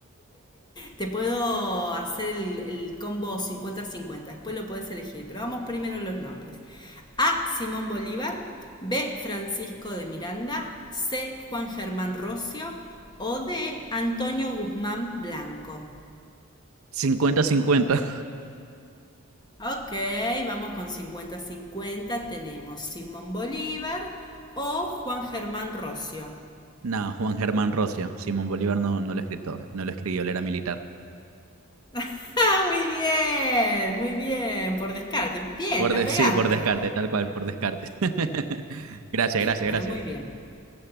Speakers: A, on the left; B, on the right.
A: Te puedo hacer el, el combo cincuenta-cincuenta. después lo podés elegir, pero vamos primero a los nombres. A. Simón Bolívar, B. Francisco de Miranda, C. Juan Germán Rocio o D. Antonio Guzmán Blanco.
B: cincuenta-cincuenta.
A: Ok, vamos con cincuenta-cincuenta. Tenemos Simón Bolívar o Juan Germán Rocio.
B: No, Juan Germán Rocio, Simón Bolívar no, no lo escrito, no lo escribió, él era militar.
A: <laughs> ¡Ah, muy bien! Muy bien, por descarte. Bien,
B: Por
A: la
B: de-
A: pegaste.
B: sí, por descarte, tal cual, por descarte. <laughs> Gracias, gracias,
A: Bueno,
B: gracias.
A: muy bien.